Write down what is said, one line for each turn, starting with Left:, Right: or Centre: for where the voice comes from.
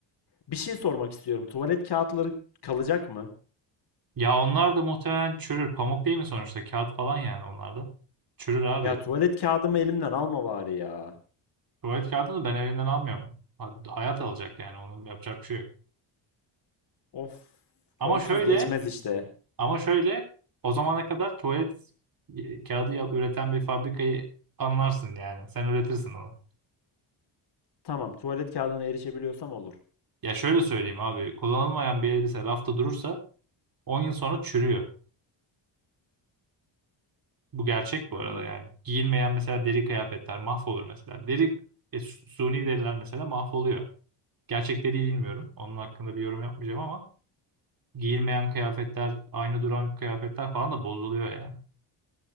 Left: Bir şey sormak istiyorum. Tuvalet kağıtları kalacak mı?
Right: Ya onlar da muhtemelen çürür. Pamuk değil mi sonuçta? Kağıt falan yani onlar da. Çürür abi.
Left: Ya tuvalet kağıdımı elimden alma bari ya.
Right: Tuvalet kağıdını ben elinden almıyorum. Ha- Hayat alacak yani onun yapacak bir şey yok.
Left: Of,
Right: Ama
Left: onsuz
Right: şöyle
Left: geçmez işte.
Right: ama şöyle o zamana kadar tuvalet e, kağıdı ya- üreten bir fabrikayı anlarsın yani. Sen üretirsin onu.
Left: Tamam, tuvalet kağıdına erişebiliyorsam olur.
Right: Ya şöyle söyleyeyim abi. Kullanılmayan bir elbise rafta durursa 10 yıl sonra çürüyor. Bu gerçek bu
Left: Anladım.
Right: arada yani. Giyilmeyen mesela deri kıyafetler mahvolur mesela. Deri, e, su- suni deriler mesela mahvoluyor. Gerçekleri bilmiyorum. Onun hakkında bir yorum yapmayacağım ama giyilmeyen kıyafetler, aynı duran kıyafetler falan da bozuluyor yani.